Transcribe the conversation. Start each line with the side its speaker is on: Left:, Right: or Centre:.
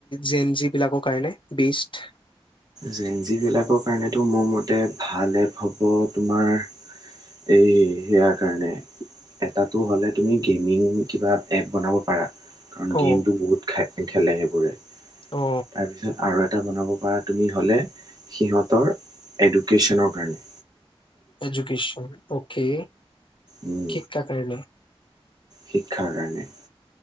Left: যেন, জোন বিলাকৰ কাৰণে বেষ্ট?
Right: যেন, যি বিলাকৰ কাৰণে টো মোৰ মতে ভালে এপ হ'ব, তোমাৰ এই সেয়াৰ কাৰণে, এটা টো হ'লে তুমি গেমিং কিবা, এপ বনাব পাৰা। কাৰণ' গেমটো
Left: অ
Right: বহুত খেলে সেইবোৰে।
Left: অ
Right: তাৰপিছত- আৰু এটা বনাব পাৰা- তুমি হ'লে সিহঁতৰ এডুকেশ্যনৰ কাৰণে,
Left: এডুকেশ্যন, অকে।
Right: উম
Left: ঠিক <unintelligible> কাৰণে
Right: শিক্ষাৰ কাৰণে